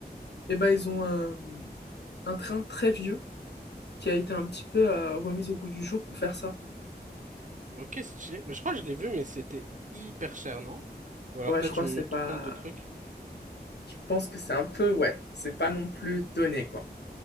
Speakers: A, on the left; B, on the right.
A: Et ben, ils ont un, un train très vieux qui a été un petit peu euh, remis au goût du jour pour faire ça.
B: Ok, stylé. Mais je crois que je l'ai vu, mais c'était hyper cher, non? Ou alors
A: Ouais,
B: peut-être
A: je crois
B: je me
A: que c'est
B: trompe
A: pas...
B: de truc.
A: Je pense que c'est un peu, ouais, c'est pas non plus donné, quoi.